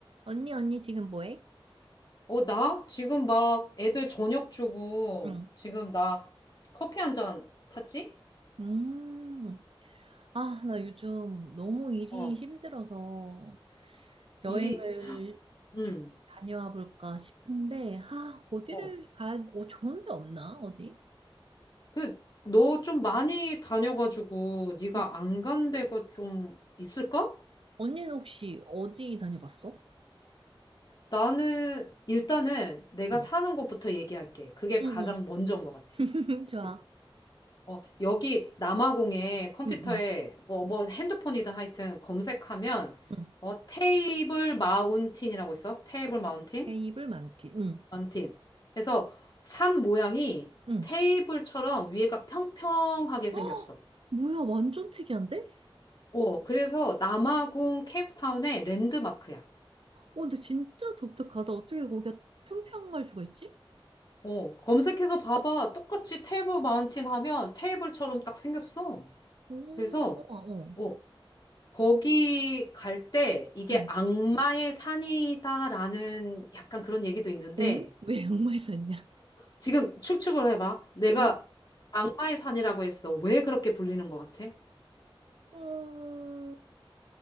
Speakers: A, on the right; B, on the left.
A: 언니, 언니 지금 뭐해?
B: 어, 나? 지금 막 애들 저녁 주고,
A: 응.
B: 지금 나 커피 한 잔 탔지?
A: 음. 아, 나 요즘 너무 일이
B: 어,
A: 힘들어서 여행을
B: 일이, 응,
A: 좀 다녀와 볼까 싶은데, 아, 어디를
B: 어.
A: 가야, 어, 좋은 데 없나? 어디?
B: 그, 너 좀 많이 다녀가지고, 네가
A: 음.
B: 안 간 데가 좀 있을까?
A: 언니는 혹시 어디 다녀봤어?
B: 나는, 일단은 내가
A: 응.
B: 사는 곳부터 얘기할게. 그게
A: 응,
B: 가장
A: 응.
B: 먼저인
A: <laughs>
B: 것 같아.
A: 좋아.
B: 그치? 어, 여기 남아공에 컴퓨터에
A: 응, 응.
B: 뭐, 뭐 핸드폰이든 하여튼 검색하면,
A: 응.
B: 어, 테이블 마운틴이라고 있어? 테이블 마운틴?
A: 테이블 많티. 응.
B: 원팀. 그래서 산 모양이
A: 응.
B: 테이블처럼 위에가 평평하게 생겼어.
A: 어, 뭐야, 완전 특이한데?
B: 어, 그래서 남아공 케이프타운의 랜드마크야.
A: 어, 근데 진짜 독특하다. 어떻게 거기가 평평할 수가 있지?
B: 어, 검색해서 봐봐. 똑같이 테이블 마운틴 하면 테이블처럼 딱 생겼어.
A: 오,
B: 그래서,
A: 어. 어.
B: 어, 거기 갈 때 이게
A: 응.
B: 악마의 산이다라는 약간 그런 얘기도 있는데
A: 오잉? 왜 양말 샀냐?
B: 지금 추측을 해봐. 내가
A: 응?
B: 악마의 산이라고 했어. 왜 그렇게 불리는 것 같아?
A: 음,